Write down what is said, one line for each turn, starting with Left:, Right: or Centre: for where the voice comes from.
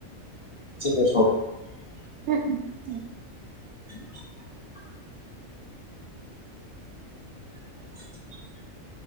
Left: <unintelligible>
Right: উম, উম, উম।
Left: <inaudible> <inaudible>